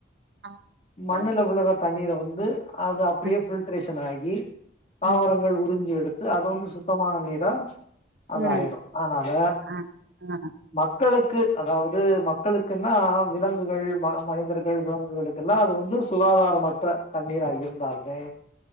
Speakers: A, on the right (about 70°); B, on the left (about 35°).
A: ஆமா சார்.
B: மண்ணல விளற தண்ணீரை வந்து அது அப்படியே
A: ம்,
B: ஃபில்ட்ரேஷன் ஆகி தாவரங்கள்
A: ம்,
B: உறிஞ்சு எடுத் து அது வந்து சுத்தமான நீரா அது
A: ம்.
B: ஆயிடும் அதனால
A: ஆ, ஆ.
B: மக்களுக்கு அதாவது மக்களுக்குன்னா விலங்குகள் மனிதர்கள் விலங்குகளுக்குெல்லா அது வந்து சுகாதார மற்ற தண்ணீரா இருந்தாலுமே